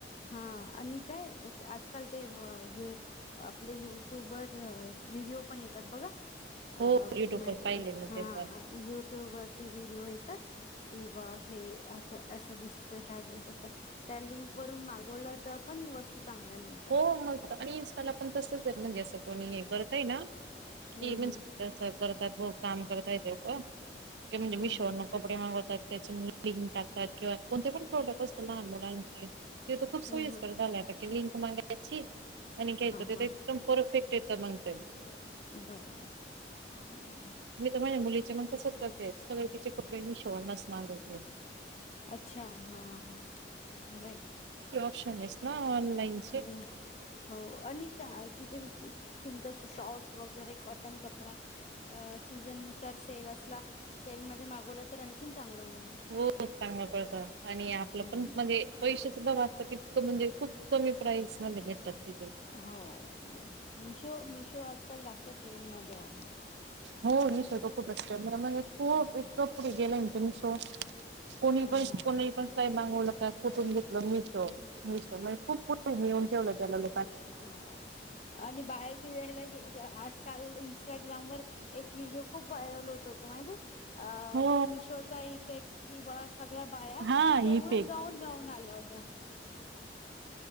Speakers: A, on the left (about 35°); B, on the right (about 75°).
A: हा आणि काय आजकाल ते वे आपले युट्यूब वर व्हिडिओ पण येतात बघा
B: हो
A: अ
B: युट्यूब
A: किमान
B: वर पाहिले मी
A: हा
B: ते पण
A: यु ट्यूब वरती व्हिडिओ येतात कि बॉ हे अस अस दिसत ह ड्रेस अस त्या लिंक वरून मागवलं तर.. पण वस्तू चांगल्या मिळत
B: हो मंग आणि इन्स्टाला पण तसच आहे. म्हणजे असं कोणी हे करतय ना
A: हम्म
B: की म्हणजे,
A: हम्म
B: तस करतात बघ काम करता येत का की म्हणजे मीशो
A: हम्म
B: नको. प्रेमा होतात त्याच्यानी टकतात किंवा कोणते पण खोडत असत लहान मुलांची तिथ खूप सोयीस्कर
A: हम्म हम्म हम्म
B: झाले आता त्या लिंक मध्ये त्याची आणि घ्यायचं
A: हा
B: तेथ
A: हा
B: एकदम परफेक्ट येत नंतर.
A: बराबर ह‌ बराबर.
B: मी तर माझ्या मुलीचे मग तसच करते सगळ तिचे कपडे मिशो वरून च मागवते.
A: अच्छा हा हा चांगलंय
B: ऑप्शनेस नाऑलाईन
A: हम्म हो आणि तिथे व खूप सुंदर शॉर्ट्स वगैरे कॉटन कपडा अ सीझन नुसार सेल असला सेलमध्ये मागव तर आणखीन चांगलं हो
B: हो चांगलं पडतं आणि आपलं
A: हम्म
B: पण म्हणजे पैसे सुद्धा वाचतात इतकं म्हणजे खूप कमी प्राईज मध्ये भेटतात तिथे
A: हो हो मिशो मिशो आजकाल जास्त ट्रेंडमध्ये आहे
B: हो निशो तो खूपच म्हणजे खूप इतक पुढे गेलयना ते मिशो कोणी
A: हा
B: पण
A: हा
B: कोणी पण काही मागवलं का कुठून घेतलं मिशो मिशो म्हणजे खूप पुढे नेऊन ठेवलं त्याला ल
A: हो आणि बाहेर फिरायला गे आज काल इंस्टाग्रामवर एक व्हिडिओ खूप व्हायरल होत होता माहितीेये
B: हो
A: की मिशोच चा इफेक्ट कि बा सगळ्या बाया
B: हा
A: सेमच
B: इफेक्ट
A: गाऊन गाऊन आल्या होत्या